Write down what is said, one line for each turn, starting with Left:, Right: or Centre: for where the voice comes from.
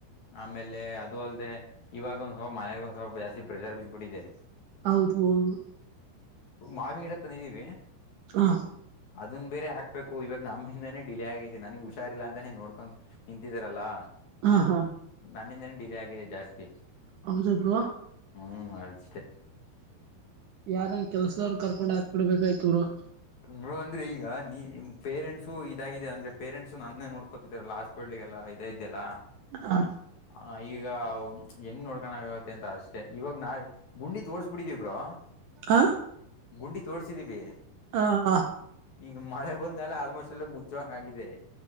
Left: ಆಮೇಲೆ ಅದು ಅಲ್ದೆ ಇವಾಗ ಒಂದ್ ಸ್ವಲ್ ಮನೆಯರ್ಗೊ ಸ ಬಾಸಿ ಪ್ರೆಜರ್ ಬಿದ್ದ ಬಿಡಿದೆ
Right: ಹೌದು ಹೌದು
Left: ಮಾವಿ ಗಿಡ ತಂದಿದ್ದೀವಿ
Right: ಹಾ
Left: ಅದನ್ ಬೇರೆ ಹಾಕ್ಬೇಕು ಇವಾಗ ನಮ್ಮಿಂದಾನೇ ಡಿಲೇ ಆಗೈತಿ ನನಗ್ ಹುಷಾರಿಲ್ಲ ಅಂತ ನೋಡ್ಕೊಂಡ್ ನಿಂತಿದಾರಲ್ಲಾ
Right: ಹಾ ಹಾ
Left: ನನ್ನಿಂದೇನ ಡಿಲೇ ಆಗಿದೆ ಜಾಸ್ತಿ
Right: ಹೌದ ಬ್ರೋ
Left: ಹ್ಮ್ ಅಷ್ಟೇ
Right: ಯಾರಂಗ ಕೆಲ್ಸದವ್ರು ಕರ್ಕೊಂಡ್ ಹಾಕ್ ಬಿಡ್ಬೇಕಾಯ್ತವರು
Left: ಇರು ಅಂದ್ರೆ ಈಗ ನೀ ಪೇರೆಂಟ್ಸು ಇದಾಗಿದೆ ಅಂದ್ರೆ ಪೇರೆಂಟ್ಸು ನನ್ನೇ ನೋಡ್ಕೋತಿದರಲ್ಲ ಹಾಸ್ಪಿಟ್ ಒಳ್ಳಿಗೆಲ್ಲ ಇದ ಇದ್ದ್ಯಲ್ಲ
Right: ಹಾ
Left: ಆ ಈಗ ಹೆಂಗ್ ನೋಡ್ಕೋಣ್ಯವತ್ತ ಅಂತ ಅಷ್ಟೆ ಇವಾಗ ನಾ ಗುಂಡಿ ತೋಡ್ಸ್ಬಿಟ್ಟಿದೀವರು
Right: ಆ
Left: ಗುಂಡಿ ತೋಡ್ಸಿದೀವಿ
Right: ಹಾ ಹಾ
Left: ಈಗ ಮಳೆ ಬಂದಲ್ಲ ಆಲ್ಮೋಸ್ಟ್ ಎಲ್ಲ ಮುಚ್ಚುವಂಗ ಆಗಿದೆ